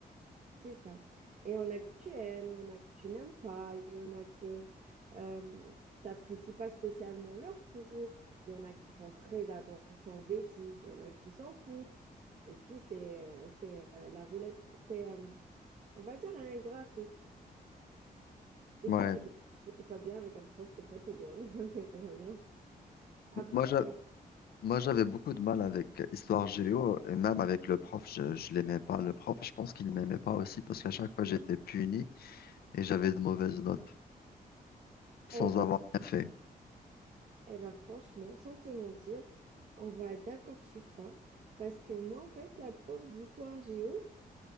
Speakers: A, on the right (about 50°); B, on the left (about 80°).
A: C'est ça. Et il y en a que tu aimes, il y en a que tu n'aimes pas, il y en a que tu n'apprécies pas spécialement leur cours, il y en a qui font très attention aux bêtises, il y en a qui s'en foutent. Et puis, c'est c'est, euh, la roulette, c'est, euh, on va dire, un graphique. Des
B: Ouais.
A: fois, tu es bien, des fois, t'es pas bien avec un prof, des fois, tu es bien, <laughs> des fois, tu pas bien. Après,
B: Moi, j'a-
A: euh,
B: Moi, j'avais beaucoup de mal avec Histoire Géo et même avec le prof, je, je l'aimais pas. Le prof, je pense qu'il ne m'aimait pas aussi parce qu'à chaque fois, j'étais puni et j'avais de mauvaises notes sans
A: eh ben,
B: avoir rien fait.
A: eh ben, franchement, sans te mentir, on va être d'accord sur ça. Parce que moi, en fait, la prof d'histoire géo,